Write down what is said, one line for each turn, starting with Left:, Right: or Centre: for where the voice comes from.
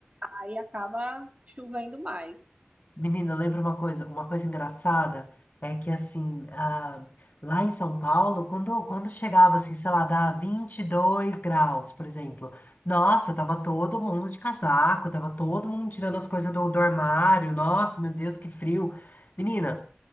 Right: aí acaba chovendo mais.
Left: Menina, lembra uma coisa, uma coisa engraçada é que assim, ah, lá em São Paulo, quando, quando chegava assim, sei lá, dá 22 graus, por exemplo, nossa, tava todo mundo de casaco, tava todo mundo tirando as coisas do, do armário, nossa, meu Deus, que frio. Menina,